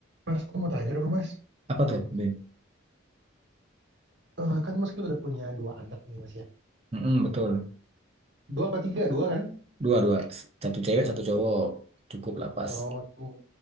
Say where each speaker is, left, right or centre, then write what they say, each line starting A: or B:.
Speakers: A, on the right (about 55°); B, on the right (about 30°).
A: Mas, aku mau tanya dong, Mas.
B: Apa tuh? B.
A: Eh, kan Mas kan udah punya dua anak nih, Mas ya.
B: Mm-mm, betul.
A: Dua apa tiga? Dua kan?
B: Dua, dua. S- Satu cewek, satu cowok. Cukup lah pas.
A: Oh, tuh